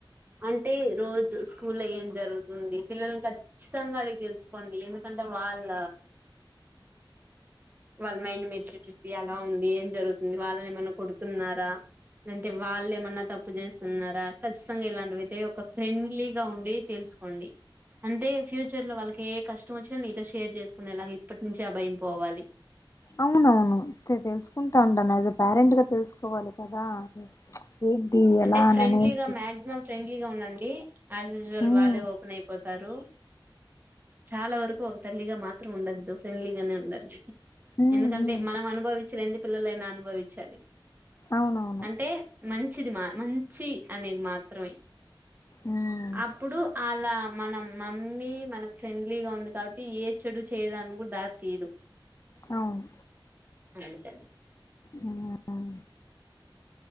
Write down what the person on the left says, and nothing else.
అవునవునుే తెలుసుకుంటా ఉంను యాజ్ పేరెంట్ గా తెలుసుకోవాలి కదా ఏంటి
ఎలా అని
అనేసి
ఉమ్
ఉమ్
ఉమ్
అవునవును
ఉమ్
అవును
హ్మ్మ్